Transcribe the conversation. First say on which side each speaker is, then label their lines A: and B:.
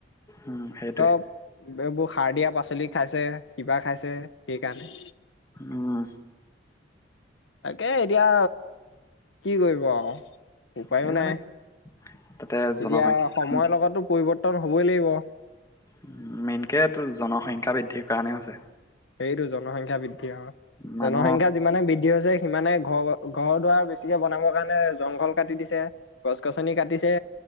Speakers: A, on the left; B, on the left.
A: উম সেইটোৱে
B: চব বেবো সাৰ দিয়া পাছত শাচোৱলি খাইছে কিবা খাইছে সেইকাৰণে
A: উম
B: তাকে এতিয়া কি কৰিব আৰু উপায়ো
A: সেইবিলাক
B: নাই এতিয়া
A: তাতে জনসংখ্যা
B: সময়ৰ লগতো পৰিৱৰ্তন হ'ব লাগিব <inaudible>
A: উ, মেইনকে তো জনসংখ্যা বৃদ্ধিৰ কাৰণে হৈছে।
B: সেইটো, জনসংখ্যা বৃদ্ধি।
A: মানুহ
B: জনসংখ্যা যিমানে বৃদ্ধি হৈছে সিমানে ঘৰ, ঘৰ দুৱাৰ বেছিকে বনাবৰ কাৰণে জংঘল কাটি দিছে। গছ গছনি কাটিছে,